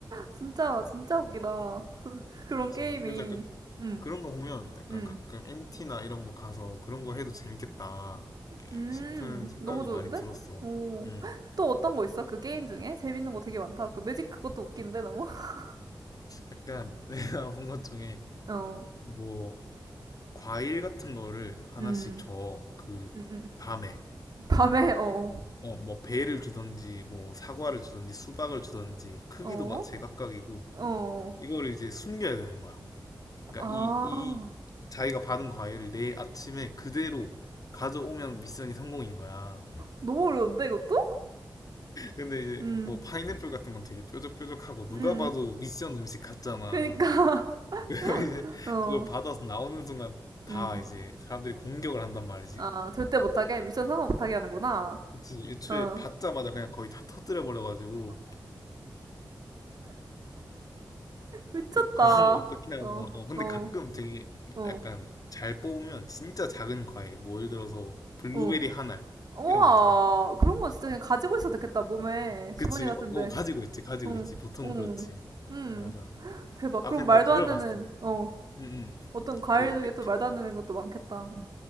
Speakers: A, on the right (about 55°); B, on the left (about 50°).
A: 진짜, 진짜 웃기다. <laughs> 그런
B: 그치
A: 게임이.
B: 그래서 약간
A: 음,
B: 그런 거 보면 약간
A: 음,
B: 가끔 MT나 이런 거 가서 그런 거 해도 재밌겠다.
A: 음.
B: 싶은 생각이
A: 너무 좋은데?
B: 많이 들었어.
A: 오.
B: 음,
A: <gasps> <laughs> 또 어떤 거 있어? 그 게임 중에? 재밌는 거 되게 많다. 그 매직 그것도 웃긴데, 너무? <laughs>
B: 약간 <laughs> 내가 본 것 중에
A: 어,
B: 뭐 과일 같은 거를 하나씩
A: 음,
B: 줘. 그
A: 음, 음.
B: 밤에
A: 밤에, 어,
B: 어, 뭐 배를 주던지 뭐 사과를 주던지 수박을 주던지 크기도
A: 어,
B: 막 제각각이고
A: 어.
B: 이걸 이제 숨겨야 되는 거야. 그러니까
A: 아,
B: 이, 이 자기가 받은 과일을 내일 아침에 그대로 가져오면 미션이 성공인 거야.
A: 너무 어려운데, 이것도?
B: 근데 이제
A: 음,
B: 뭐 파인애플 같은 건 되게 뾰족뾰족하고 누가
A: 음.
B: 봐도 미션 음식 같잖아.
A: 그니까,
B: 그러니까 이제
A: <laughs> 어,
B: 그걸 받아서 나오는 순간 다
A: 음.
B: 이제 사람들이 공격을 한단 말이지.
A: 아, 절대 못하게? 미션 성공 못하게 하는구나.
B: 그치, 애초에
A: 어,
B: 받자마자 그냥 거의 다 터뜨려 버려가지고
A: 미쳤다.
B: 그런 걸 어떻게 하나.
A: 어,
B: 어, 근데
A: 어,
B: 가끔 되게
A: 어,
B: 약간 잘 뽑으면 진짜 작은 과일, 뭐 예를 들어서 블루베리
A: 어.
B: 한 알,
A: 우와,
B: 이런 거 있잖아.
A: 그런 건 진짜 그냥 가지고 있어도 되겠다, 몸에.
B: 그치,
A: 주머니 같은데.
B: 어, 가지고 있지, 가지고
A: 응,
B: 있지. 보통
A: 응,
B: 그렇지.
A: 응.
B: 맞아.
A: 대박.
B: 아,
A: 그럼
B: 근데
A: 말도
B: 나 그걸
A: 안 되는,
B: 봤어. 응,
A: 어,
B: 응.
A: 어떤 과일
B: 그,
A: 중에
B: 에피,
A: 또 말도 안 되는 것도 많겠다. 응.